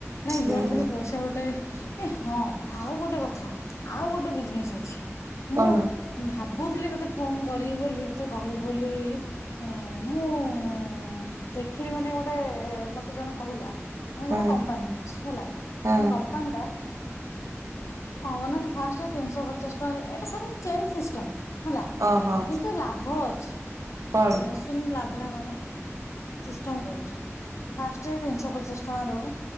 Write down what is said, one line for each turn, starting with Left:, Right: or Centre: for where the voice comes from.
Left: ନାଇଁ
Right: ହୁଁ
Left: ଯୁଆଡେ ହେଲେ ପଇସା ଏଇଟା ଗୋଟେ ଏ ହଁ ଆଉ ଗୋଟେ କଥା ଆଉ ଗୋଟେ ବିଜନେସ୍ ଅଛି
Right: କଣ
Left: ମୁଁ ଭାବୁଥିଲି ତୋତେ ଫୋନ କରିବି ବୋଲି ତୋତେ କହିବି ବୋଲି-ଇ-ଇ ଏଁ-ଏ-ଏ ମୁଁ-ଉ-ଉ-ଉ ଦେଖିଲି ମାନେ ଗୋଟେ-ଏ-ଏ-ଏ ମତେ ଜଣେ କହିଲା ନାଇଁ
Right: ହଁ
Left: ଗୋଟେ କମ୍ପାନୀ ଅଛି ହେଲା
Right: ହଁ
Left: ସେ କମ୍ପାନୀଟା କଣ ହବନା ନା ଫାଷ୍ଟ ତିନିଶହ ପଚାଶ ଏଇଟା ସେମିତି ଚେନ୍ ସିଷ୍ଟମ ହେଲା କିନ୍ତୁ
Right: ଓହୋ
Left: ଲାଭ ଅଛି।
Right: କଣ?
Left: ଶୁନ ଲାଭଟା କଣ? ସିଷ୍ଟମ କହୁଚି ଫାଷ୍ଟ ତିନିଶ ପଚାଶ ଟଙ୍କା ଦବୁ